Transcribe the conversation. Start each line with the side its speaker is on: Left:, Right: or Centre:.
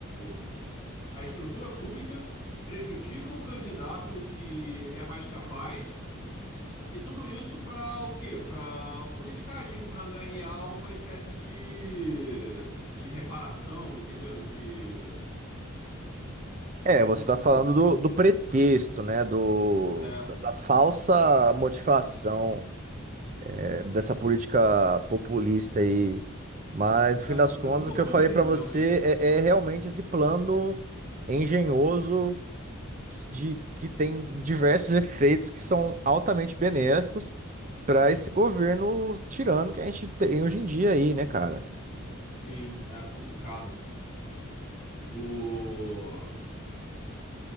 Left: o, a estrutura pública, prejudica o candidato que é mais capaz, e tudo isso para o quê? Para politicagem, para angariar uma espécie de, de reparação, entendeu? De,
Right: É, você
Left: como
Right: está
Left: dizer?
Right: falando do, do pretexto,
Left: É,
Right: né? Do,
Left: é,
Right: da, da falsa motivação, é, dessa política populista aí. Mas, no
Left: é,
Right: fim
Left: pro-
Right: das contas,
Left: é pro populismo,
Right: o que eu falei para você
Left: realmente.
Right: é, é realmente esse plano engenhoso que- de, que tem diversos efeitos que são altamente benéficos para esse governo tirano que a gente tem hoje em dia aí, né, cara?
Left: Sim, é complicado. O,